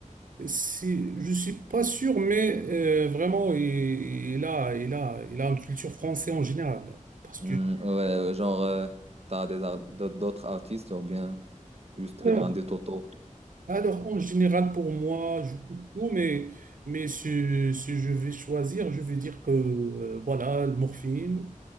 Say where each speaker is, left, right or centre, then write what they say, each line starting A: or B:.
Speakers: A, on the right; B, on the right.
A: C'est, je suis pas sûr, mais euh, vraiment, il, il a, il a, il a une culture française en général. Parce
B: Hmm,
A: que
B: ouais, ouais, genre, tu t'as des ar- d'autres artistes, ou bien. Juste
A: alors,
B: le El Grande Toto.
A: alors, en général, pour moi, je coupe tout, mais mais si, si je vais choisir, je vais dire que euh, voilà, le morphine,